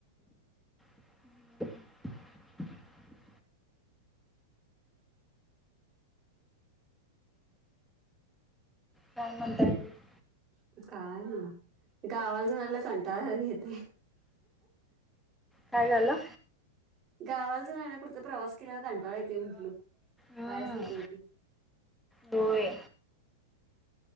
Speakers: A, in the centre; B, on the right.
A: <inaudible> काय म्हणताय आणि -
B: <unintelligible> गावाल जराला कंटाळरी येते
A: काय झालं
B: गावाल जाऊन आल्या वर ना कुठतर प्रवास केल्यावर कंटाळा येतो य म्हटल
A: हम्म
B: कायच नको होतय
A: होय